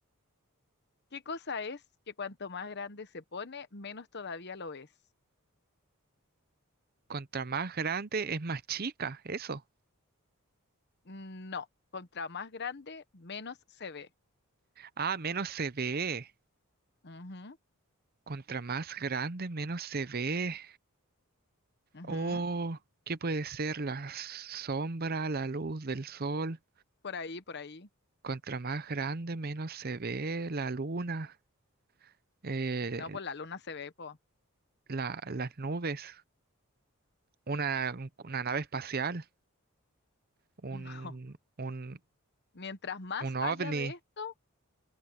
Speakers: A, on the left (about 50°); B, on the right (about 40°).
A: ¿Qué cosa es que cuanto más grande se pone, menos todavía lo ves?
B: Contra más grande es más chica, eso.
A: No, contra más grande, menos se ve.
B: Ah, menos se ve.
A: Ujú.
B: Contra más grande, menos se ve.
A: Ujú,
B: Oh, ¿qué puede ser la sombra, la luz del sol?
A: Por ahí, por ahí.
B: Contra más grande, menos se ve la luna. Eh,
A: No, pues la luna se ve, po.
B: la- las nubes, una, una nave espacial, un,
A: <laughs> No.
B: un,
A: Mientras más
B: un ovni,
A: haya de esto,